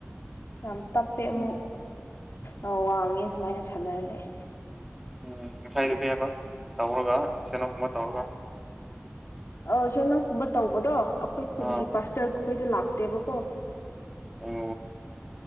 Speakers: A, on the left; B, in the centre.
A: ꯌꯥꯝ ꯇꯞꯄꯦ ꯑꯃꯨꯛ
B: ꯎꯝ
A: ꯑꯃꯨ ꯋꯥꯡꯉꯦ ꯁꯨꯃꯥꯏꯅ ꯁꯥꯟꯅꯔꯂꯩ
B: ꯎꯝ ꯉꯁꯥꯏꯗꯨ <unintelligible> ꯇꯧꯔꯒ ꯁꯅꯣꯒꯨꯝꯕ ꯇꯧꯔꯒ
A: ꯑ ꯁꯣꯅꯒꯨꯝꯕ ꯇꯧꯕꯗꯣ ꯑꯩꯈꯣꯏ ꯈꯨꯟꯒꯤ
B: ꯑꯥ
A: ꯄꯥꯁꯇꯔ ꯈꯣꯏꯗꯣ ꯂꯥꯛꯇꯦꯕꯀꯣ
B: ꯑꯣ